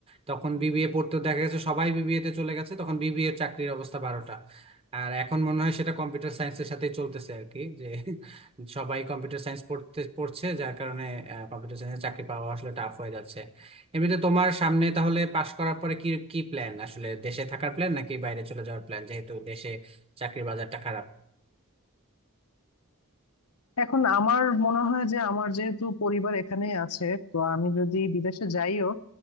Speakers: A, on the right; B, on the left.
A: তখন বিবিএ পড়তো দেখা গেছে সবাই বিবিএ তে চলে গেছে তখন বিবিএ এর চাকরির অবস্থা বারোটা আর এখন মনে হয় সেটা কম্পিউটার সায়েন্সের সাথেই চলতেছে আর কি যে সবাই কম্পিউটার সায়েন্স পড়তে পড়ছে যার কারণে কম্পিউটার সায়েন্সে চাকরি পাওয়া আসলে টাফ হয়ে যাচ্ছে এমনিতে তোমার সামনে তাহলে পাশ করার পরে কি কি প্ল্যান আসলে দেশে থাকার প্ল্যান নাকি বাইরে চলে যাওয়ার প্ল্যান যেহেতু দেশে চাকরির বাজারটা খারাপ
B: এখন আমার মনে হয় যে আমার যেহেতু পরিবার এখানেই আছে তো আমি যদি বিদেশে যাইও